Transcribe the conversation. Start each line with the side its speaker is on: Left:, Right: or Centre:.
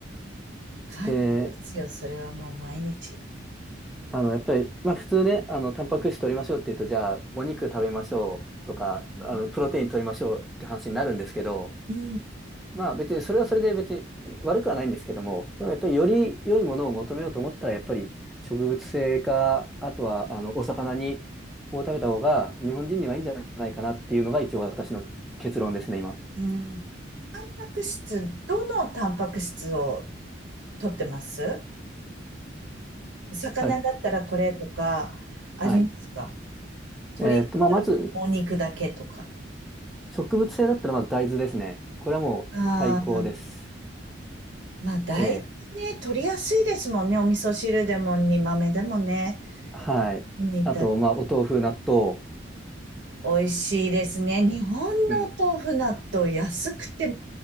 Right: 感じますよ。
Centre: で
Right: それはもう毎日。
Centre: あの、やっぱり、まあ普通ね、あの、タンパク質取りましょうって言うと、じゃあ、お肉食べましょうとか、
Right: う
Centre: あの、プロテイン取りましょうって話になるんですけど、
Right: ん
Centre: まあ別に、それはそれで別に悪くはないんですけども、でもやっぱりより良いものを求めようと思ったら、やっぱり植物性か、あとは、あの、お魚に、を食べた方が日本人にはいいんじゃないかなっていうのが一応私の結論ですね、今。
Right: うん。うん。タンパク質、どのタンパク質を取ってます魚だったらこれとか、
Centre: あ、
Right: ありますか
Centre: はい。えーっと、
Right: 鶏
Centre: まあまず、
Right: もも肉だけとか。
Centre: 植物性だったらまず大豆ですね。これはもう最高です。
Right: ああ、まあ大豆ね、
Centre: で
Right: 取りやすいですもんね。お味噌汁でも煮豆でもね。
Centre: はい。
Right: 煮た
Centre: あと、まあ、お豆腐、納豆。
Right: 美味しいですね。日本のお豆腐納豆安くて、
Centre: うん。